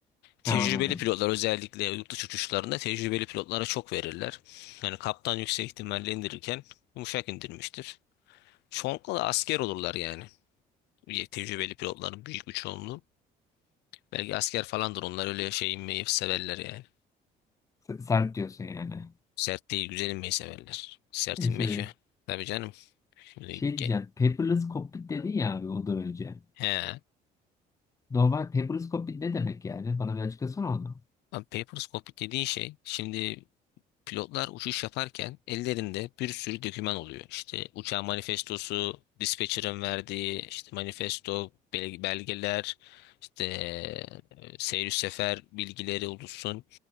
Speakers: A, on the left; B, on the left.
A: Tecrübeli
B: ne anladım.
A: pilotlar özellikle yurt dışı uçuşlarında tecrübeli pilotlara çok verirler. Yani kaptan yüksek ihtimalle indirirken yumuşak indirmiştir. Çoğunlukla da asker olurlar yani. Tecrübeli pilotların büyük bir çoğunluğu. Belki asker falandır onlar öyle şey inmeyi severler yani.
B: S- Sert diyorsun yani.
A: Sert değil güzel inmeyi severler. Sert inmek
B: Şey,
A: ya. Tabii canım. Şimdi
B: Şey
A: ge-
B: diyeceğim. Paperless cockpit dedin ya abi ondan önce.
A: He.
B: Normal paperless cockpit ne demek yani? Bana bir açıklasana onu.
A: Abi paperscope dediğin şey şimdi pilotlar uçuş yaparken ellerinde bir sürü doküman oluyor. İşte uçağın manifestosu, dispatcher'ın verdiği işte manifesto, bel- belgeler, işte e, seyir sefer bilgileri olursun.